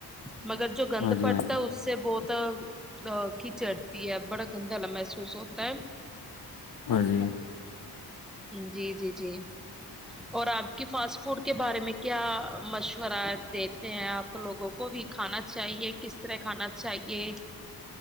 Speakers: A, in the centre; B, on the left.
A: <unintelligible> مگر جو گند
B: ہاں جی
A: پڑتا
B: ہاں جی
A: ہے اس سے بہت کیچڑھ جاتا ہے بڑا گندا محسوس ہوتا ہے
B: ہاں جی
A: جی جی جی اور آپ کی فاسٹ فوڈ کے بارے میں کیا مشورہ د آپ لوگوں کو بھی کھانا چاہیے کس طرح کھانا چاہیے